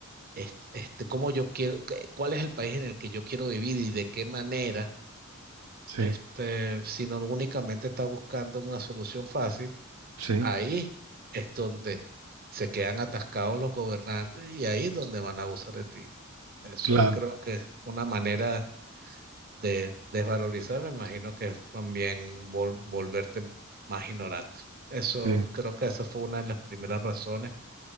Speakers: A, on the right (about 45°); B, on the right (about 80°).
A: est- este, cómo yo quiero, que- cuál es el país en el que yo quiero vivir y de qué manera,
B: Sí,
A: este, sino únicamente está buscando una solución fácil,
B: sí,
A: ahí es donde se quedan atascados los gobernantes y ahí es donde van a abusar de ti. Eso
B: claro.
A: es, creo que una manera de desvalorizar, me imagino que es también vol- volverte más ignorante. Eso,
B: Sí.
A: creo que esa fue una de las primeras razones